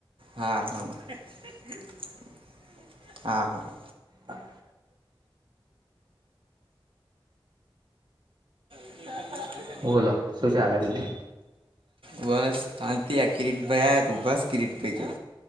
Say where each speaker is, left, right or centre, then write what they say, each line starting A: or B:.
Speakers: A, on the right; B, on the right.
A: હા-હા-હા-હા
B: હા
A: <inaudible>
B: બોલો શું ચાલે બીજુ?
A: બસ શાંતિ આ કિરીટ ભાઈ આયા તો ઊભા કિરીટ ભાઈ જો